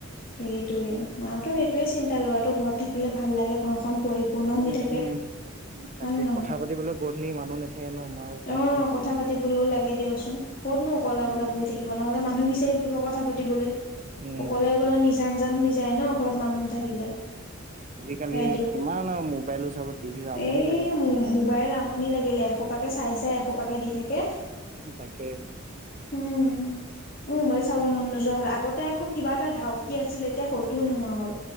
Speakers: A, on the left; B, on the right.
A: সেইটোৱে মাকতো সেইটোৱে চিন্তা লৰাটো ঘৰত থাকিলে ভাল লাগে ঘৰখন পৰিপূৰ্ণ হৈ
B: উম,
A: থাকে।
B: উম, তাকে
A: হয় নে নহয়?
B: কথা পাতিবলৈ গধলি, মানুহ নাথাকে ন? পাপা
A: অ'
B: অকলে থাকা
A: কথা পাতিবলৈও লাগে দিয়কচোন, ক'তনো অকলে
B: উম,
A: অকলে বহি থাকিব। ব নহ'লে মানুহ বিচাৰি ফুৰিব কথা পাতিবলে।
B: উম,
A: অকলে
B: তাকে
A: অকলে নিজান জান হৈ যায় ন ঘৰত মানুহ নাথাকিলে।
B: আজিকালি
A: এ দেউ
B: কিমান আৰু মোবাইলো চাব টিভি আমনি
A: এই
B: লাগে ন,
A: মোবাইল আমনি লাগিলে এশোপাকে চাই চাই এশোপাকে দি থাকে।
B: উম, তাকে।
A: উম উম মই চাব মন নোযোৱা হ'ল আগতে আকৌ কিবা এটা ধাউতি আছিল এতিয়া হয়তোও নোহোৱা হ'ল।